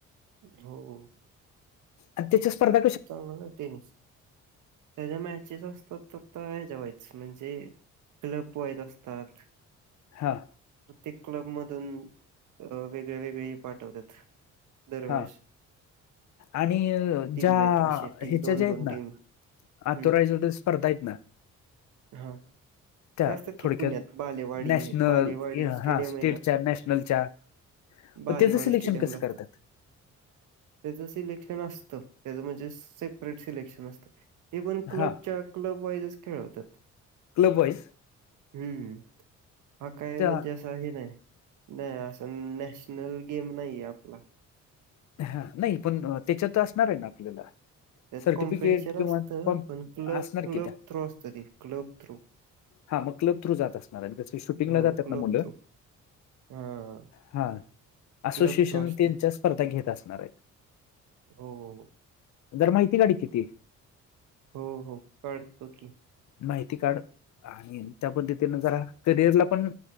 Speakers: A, on the right (about 80°); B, on the left (about 65°).
A: हो हो
B: अध्य्यच्या स्पर्ध
A: उत्तरण झाला टनिस त्याच्या मॅचेस असतात तर जेवायच म्हणजे क्लब वाईज असतात
B: हां
A: तिक क्लब मधून वेगळे वेगळे पाठवतात दरवेळेस
B: हा आणि
A: टीममेट
B: ज्या
A: असे टी
B: ह्याच्या
A: दोन
B: ज्या
A: दोन
B: आहेत ना
A: टीम.
B: आतुराजो
A: हं,
B: स्पर्धा आहेत ना
A: हा
B: त्या
A: त्यासाठीारी
B: थोडक्यात
A: पुण्यात बालेवाडी
B: नॅशनल
A: हे बालेवाडी स्टेडियम
B: हा स्टेटच्या
A: आहे ना
B: नॅशनलच्या
A: बालेवाडी
B: पण त्याचं सिलेक्शन
A: स्टेडियमला
B: कसं
A: असतात
B: करतात
A: त्याचं सिलेक्शन असतं त्याचं म्हणजे सेपरेट सिलेक्शन असतं ते पण क्लबच्या
B: हा
A: क्लब वाईजच खेळवतात
B: क्लब वाईस
A: हम्म हा काय
B: त्या
A: म्हणजे अस असं हे नाही नाही असं नॅशनल गेम नाही आहे आपला
B: हा नाही पण त्याच्या तर असणार आहे ना आपल्याला
A: त्यात
B: सर्टिफिकेट
A: कॉम्पिटिशन
B: किंवा
A: असतं
B: कॉम
A: पण क्लब
B: असणार
A: क्लब
B: की त्या
A: थ्रू असत ते क्लब थ्रू
B: हा मग क्लब थ्र जात असणार आहे त्याच्या शूटिंगला
A: हो,
B: जातात
A: क्लब
B: ना मुलं
A: थ्रू. हां.
B: हा असोसिएशन
A: क्लब क्रॉस
B: त्यांच्या
A: ते
B: स्पर्धा घेत असणार आहेत
A: हो हो
B: जर माहिती काड किती
A: हो हो कळतो की
B: माहिती काढ आणि त्या पद्धतीन जरा करिअरला पण